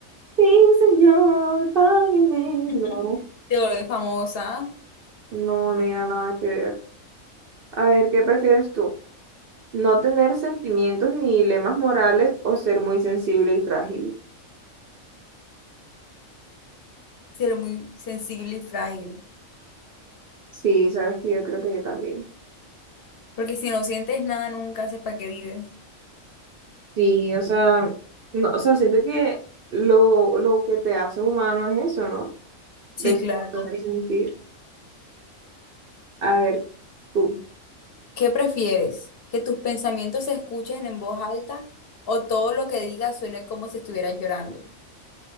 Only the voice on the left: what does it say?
<laughs>
Te vuelves famosa,
ser muy sensible y frágil.
Porque si no sientes nada, nunca sé para qué vives.
Sí,
claro.
¿Qué prefieres? ¿Que tus pensamientos se escuchen en voz alta o todo lo que digas suene como si estuvieras llorando?